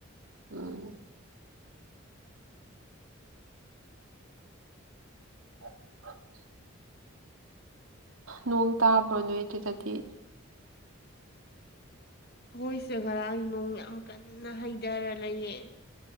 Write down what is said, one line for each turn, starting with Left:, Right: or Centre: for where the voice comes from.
Right: ꯎꯝ <unintelligible> ꯅꯣꯡ ꯇꯥꯕ꯭ꯔꯣ ꯅꯣꯏ ꯑꯗꯨꯗꯗꯤ
Left: ꯑꯩꯈꯣꯏꯁꯗ ꯔꯥꯡ ꯅꯣꯡ ꯌꯥꯝ ꯀꯟꯅ ꯍꯩꯗꯔ ꯂꯩꯌꯦ